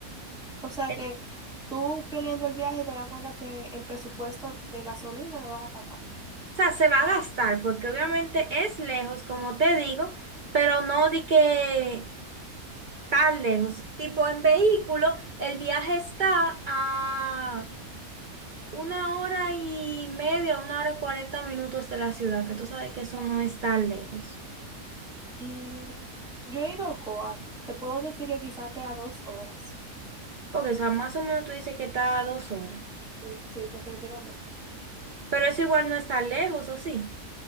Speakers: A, in the centre; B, on the right.
A: O sea
B: es-
A: que
B: o
A: tú planeando el viaje te das cuenta que en presupuesto de gasolina no va a gastar tanto.
B: sea, se va a gastar porque obviamente es lejos, como te digo, pero no di que tan lejos. Tipo, en vehículo, el viaje está a una hora y media, una hora y cuarenta minutos de la ciudad, que tú sabes que eso no es tan lejos.
A: Mm, yo he ido a Ocoa, te puedo decir que quizás te a dos horas.
B: Porque, o sea, más o menos tú dices que está a dos horas.
A: Mm, Sí, definitivamente.
B: Pero eso igual no está lejos, ¿o sí?